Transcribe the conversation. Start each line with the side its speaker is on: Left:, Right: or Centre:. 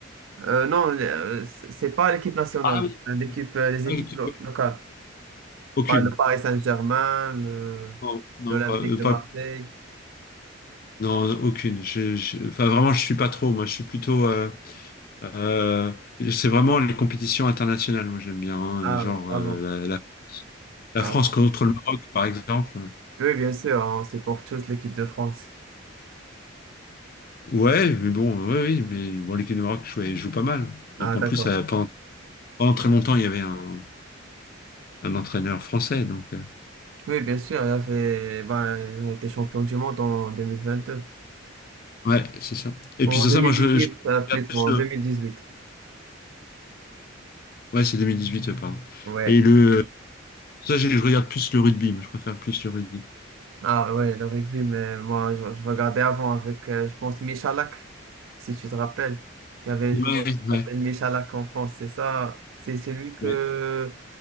Right: Euh, non, euh, c'est c'est pas l'équipe nationale,
Left: Ah oui,
Right: l'équipe, euh, les
Left: ah,
Right: équipes
Left: l'équipe
Right: lo-
Left: de-
Right: locales.
Left: aucune.
Right: Pas le Paris Saint-Germain, le
Left: Non, non,
Right: l'Olympique
Left: pas, euh,
Right: de
Left: pas-
Right: Marseille.
Left: non, aucune. Je, je- enfin, vraiment, je suis pas trop. Moi, je suis plutôt. Euh, c'est vraiment les compétitions internationales, moi j'aime bien, hein,
Right: Ah,
Left: genre
Right: avant.
Left: euh, la, la-
Right: Ah,
Left: la France
Right: bon.
Left: contre le Maroc, par exemple.
Right: Oui, bien sûr, on supporte tous l'équipe de France.
Left: Ouais, mais bon, ouais, oui, mais bon, l'équipe du Maroc jouait- joue, pas mal.
Right: Ah,
Left: Donc en
Right: d'accord.
Left: plus, euh, pendant, pendant très longtemps, il y avait un, un entraîneur français, donc euh,
Right: Oui, bien sûr, il y avait- ben, ils ont été champions du monde en 2022.
Left: ouais, c'est ça. Et
Right: En
Left: puis sur
Right: 2018,
Left: ça, moi je, je
Right: euh, plutôt,
Left: regarde plus
Right: en
Left: le-
Right: 2018.
Left: ouais, c'est 2018, euh, pardon.
Right: Ouais.
Left: Et le ça, je, je regarde plus le rugby, moi, je préfère plus le rugby.
Right: Ah, ouais, le rugby, mais moi, je, je regardais avant avec, euh, je pense, Michalak, si tu te rappelles. Il y avait un
Left: Ouais,
Right: joueur qui
Left: ouais.
Right: s'appelle Michalak en France, c'est ça. C'est celui que,
Left: ouais.